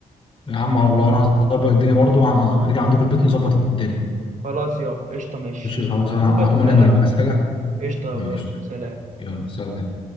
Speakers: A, on the left; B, on the right.
A: يا عم والله انا هظبط الدنيا برضو ه- هنيجي عندكم البيت نظبط الدنيا
B: خلاص يابا قشطة ماشي
A: ماشي خلاص انا
B: ظبط
A: أنا هقوم
B: وكلمني
A: انام انا بقى عايز حاجه
B: قشطة
A: ماشي
B: يابا يلا سلام
A: يلا سلام